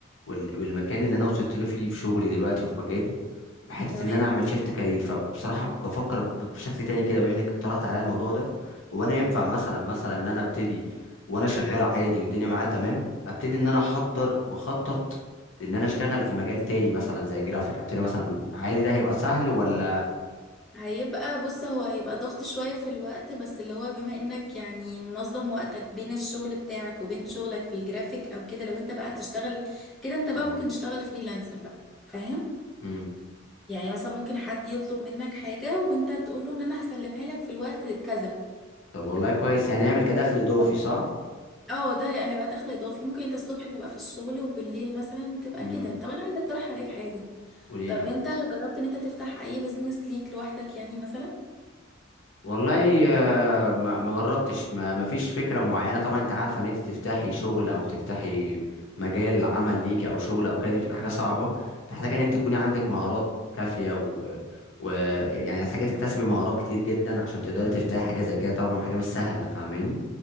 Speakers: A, on the left; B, in the centre.
A: وال- والمكان اللي انا وصلت له فيه في شغلي دلوقتي وفي مجالي حته
B: تمام
A: ان انا اعمل شيفت كارير فبصراحه بفكر ب- ب- بشكل تاني كده بما انك اقترحت عليا الموضوع ده وانا ينفع
B: مم.
A: مثلا مثلا ان انا ابتدي وانا شغال عادي والدنيا معايا تمام ابتدي ان انا احضر واخطط ان انا اشتغل في مجال تاني مثلا زي الجرافيك ابتدي مثلا عادي ده هيبقى سهل ولا
B: هيبقى بص هو هيبقى ضغط شويه في الوقت بس اللي هو بما انك يعني منظم وقتك بين الشغل بتاعك وبين شغلك في الجرافيك او كده لو انت بقى هتشتغل كده انت بقى
A: مم.
B: ممكن تشتغل فريلانسر بقى فاهم
A: مم.
B: يعني مثلا ممكن حد يطلب منك حاجة وانت تقول له ان انا هسلمها لك في الوقت كذا
A: طب والله كويس يعني اعمل كدخل اضافي
B: اه
A: صح
B: اه ده هيبقى دخل اضافي ممكن انت الصبح تبقى في الشغل وبالليل مثلا تبقى
A: امم
B: كده طب انا عايزة اقترح عليك حاجة
A: قولي
B: طب
A: لي.
B: انت جربت ان انت تفتح اي بزنس ليك لوحدك يعني مثلا
A: والله آه، ما ما جربتش ما ما فيش فكره معينه طبعا انت عارفه ان انت تفتحي شغل او تفتحي مجال عمل ليكي او شغل او كده دي بتبقى حاجه صعبه محتاجه ان انت تكوني عندك مهارات كافيه و ويعني محتاجه تكتسبي مهارات كتير جدا عشان تقدري تفتحي حاجه زي كده طبعا حاجه مش سهله فاهماني